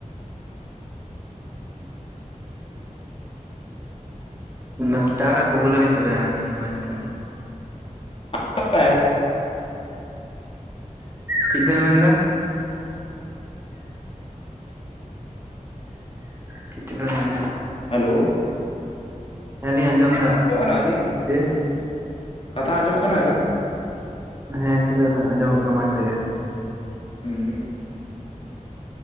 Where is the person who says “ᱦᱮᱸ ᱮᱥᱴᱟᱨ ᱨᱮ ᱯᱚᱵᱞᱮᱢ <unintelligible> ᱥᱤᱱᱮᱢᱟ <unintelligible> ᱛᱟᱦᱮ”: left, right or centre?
Right